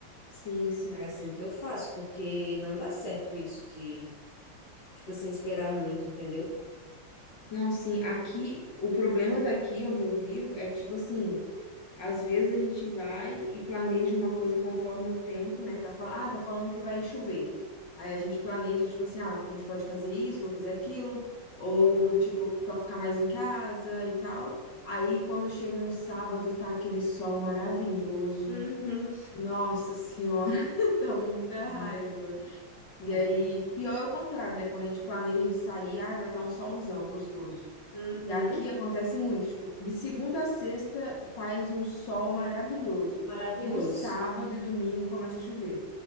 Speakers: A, on the left; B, on the left.
A: Sim, sim.
B: É assim que eu faço, porque não dá certo isso de, tipo assim, esperar muito, entendeu?
A: Não, sim, aqui, o problema daqui onde eu vivo é que, tipo assim, Às vezes a gente vai e planeja uma coisa conforme o tempo, né? Tá, fal- ah, tá falando que vai chover. Aí a gente planeja, tipo assim, ah, a gente pode fazer isso ou fazer aquilo, ou
B: Aham.
A: tipo, só ficar mais em casa e tal. Aí quando chega no sábado, tá aquele sol maravilhoso.
B: Uhum.
A: Nossa senhora, <laughs> dá muita raiva.
B: É,
A: E
B: tá.
A: aí, pior é o contrário, né? Quando a gente planeja de sair, ah, vai estar um solzão gostoso.
B: Uhum.
A: E aqui acontece muito, tipo, de segunda a sexta faz um sol maravilhoso.
B: Maravilhoso.
A: No sábado e domingo começa a chover.